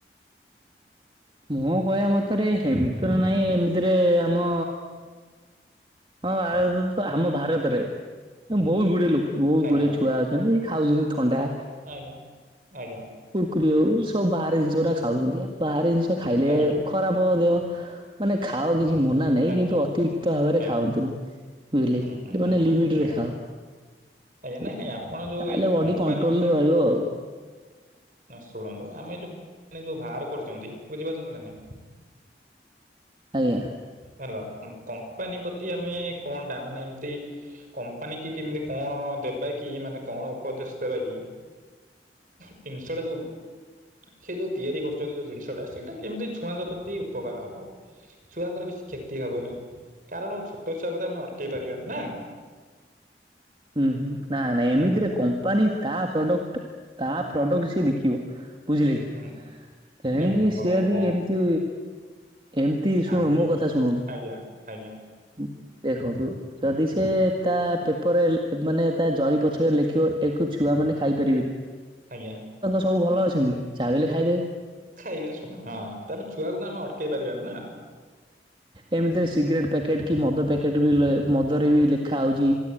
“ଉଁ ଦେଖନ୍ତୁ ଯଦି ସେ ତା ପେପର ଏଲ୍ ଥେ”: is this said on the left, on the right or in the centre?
Right